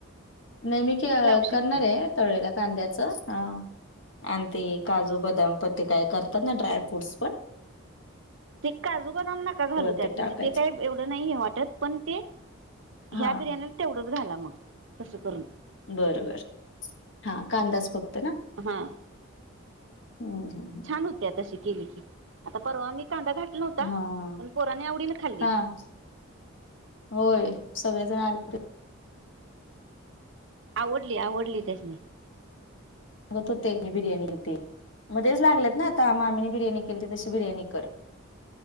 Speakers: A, on the left; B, on the right.
A: नै मी
B: शकताय
A: करणार आहे तळलेल्या कांद्याचं, हं. आणि ते काजू, बदाम पण ते काय करतात ना ड्राय फ्रूटस पण
B: ते काजू बदाम नका घालू
A: वरती
B: त्यात,
A: टाकायचं.
B: म्हणजे ते काही एवढं नाही हे वाटत पण ते ह्या
A: हां,
B: बिर्याणीला तेवढंच घाला मग, तसं करून.
A: बरबर हां कांदाच फक्त क्त ना?
B: हां
A: हम्म हम्म हम्म.
B: छान होत्या तशी केली की. आता परवा मी कांदा घातला नव्हता,
A: हां,
B: पण पोराने आवडीनं खाल्ली.
A: हां. होय, सगळेजण आलते
B: आवडली आवडली त्यासनी.
A: गत तो तेगी बिर्याणी होती. मग तेच लागलेत ना आता, मामीने बिर्याणी केली तशी बिर्याणी कर.